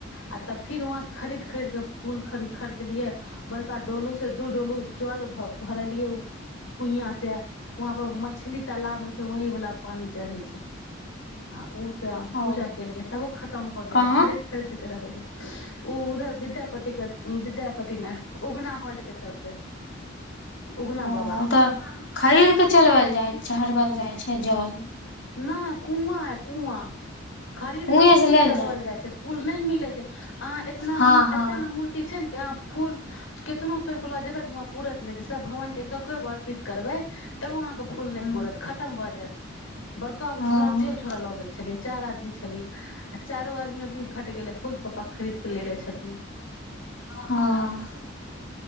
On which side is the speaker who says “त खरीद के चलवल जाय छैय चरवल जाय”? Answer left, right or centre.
Left